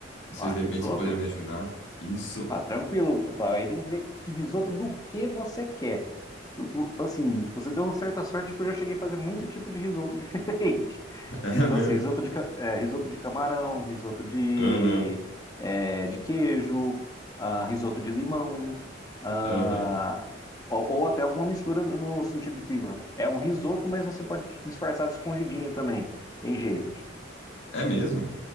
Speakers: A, on the left (about 70°); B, on the left (about 20°).
A: Não sei
B: Ah,
A: se de
B: risoto?
A: repente você poderia me ajudar. Isso.
B: Tá tranquilo. pá, Aí tem que ver que risoto do que você quer. O- o- Assim, você deu certa sorte porque eu já cheguei a fazer muito tipo de risoto <laughs> diferente.
A: <laughs> É
B: Então,
A: mesmo.
B: assim, risoto de, ca- é, risoto de camarão, risoto de,
A: Aham,
B: é, de queijo, ah, risoto de limão, ah,
A: aham.
B: ou, ou até alguma mistura no sentido de que é um risoto, mas você pode disfarçar de escondidinho também. Tem jeito.
A: É mesmo?